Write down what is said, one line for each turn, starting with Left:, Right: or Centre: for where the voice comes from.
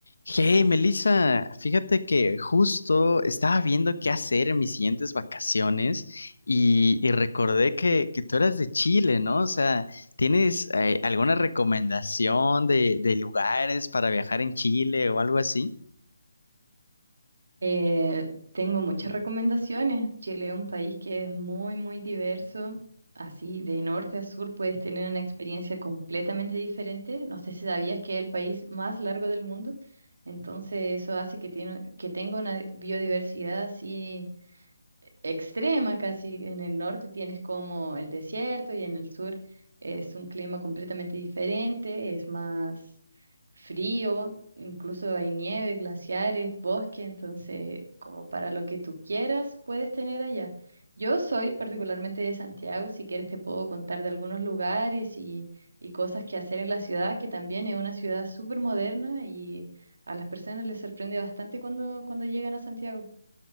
Left: Hey, Melissa, fíjate que justo estaba viendo qué hacer en mis siguientes vacaciones y, y recordé que, que tú eras de Chile, ¿no? O sea, ¿tienes eh, alguna recomendación de, de lugares para viajar en Chile o algo así?
Right: Eh, tengo muchas recomendaciones. Chile es un país que es muy, muy diverso. Así, de norte a sur puedes tener una experiencia completamente diferente. No sé si sabías que es el país más largo del mundo. Entonces, eso hace que, tiene, que tenga una biodiversidad así extrema casi. En el norte tienes como el desierto y en el sur es un clima completamente diferente, es más frío, incluso hay nieve, glaciares, bosque, entonces como para lo que tú quieras puedes tener allá. Yo soy particularmente de Santiago, si quieres te puedo contar de algunos lugares y, y cosas que hacer en la ciudad, que también es una ciudad súper moderna y a las personas les sorprende bastante cuando, cuando llegan a Santiago.